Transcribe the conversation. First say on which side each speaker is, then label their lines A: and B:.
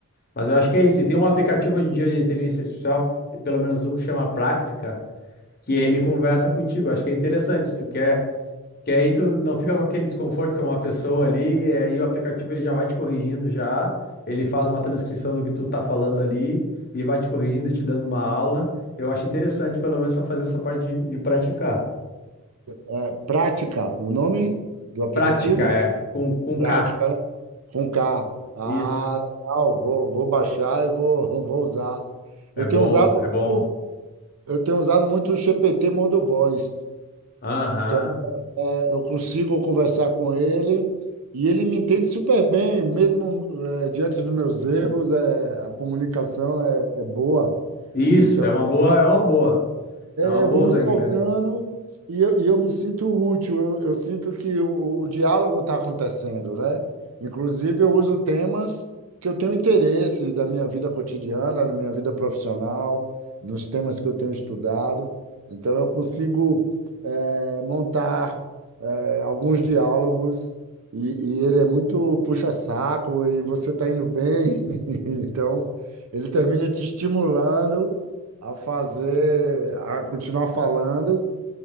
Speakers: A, on the left; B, on the right.
A: Mas eu acho que é isso. E tem um aplicativo hoje em dia de inteligência artificial, pelo menos um que chama Práctica, que ele conversa contigo. Acho que é interessante. Se tu quer que aí tu não fica com aquele desconforto com uma pessoa ali, é, e aí o aplicativo ele já vai te corrigindo já, ele faz uma transcrição do que tu tá falando ali e vai te corrigindo e te dando uma aula. Eu acho interessante, pelo menos, para fazer essa parte de, de praticar.
B: é, prática, o nome do aplicativo?
A: Prática, é, com, com
B: Prática
A: K.
B: né? com K. Ah,
A: Isso.
B: legal. Vou, vou baixar e vou, <laughs> vou usar.
A: É
B: Eu
A: bom,
B: tenho usado,
A: é bom.
B: muito- eu tenho usado muito o GPT modo voz.
A: Aham.
B: Então, é, eu consigo conversar com ele e ele me entende super bem, mesmo é, diante dos meus erros, é, a comunicação é, é boa.
A: Isso,
B: Então,
A: é uma boa, é uma boa.
B: É,
A: É uma
B: eu
A: boa
B: vou me
A: usar
B: soltando
A: inglês.
B: e eu, e eu me sinto útil, eu, eu sinto que o, o diálogo está acontecendo, né? Inclusive, eu uso temas que eu tenho interesse da minha vida cotidiana, na minha vida profissional, nos temas que eu tenho estudado. Então, eu consigo eh, montar eh, alguns diálogos e, e ele é muito puxa-saco e você está indo bem. <laughs> Então, ele termina te estimulando a fazer, a continuar falando,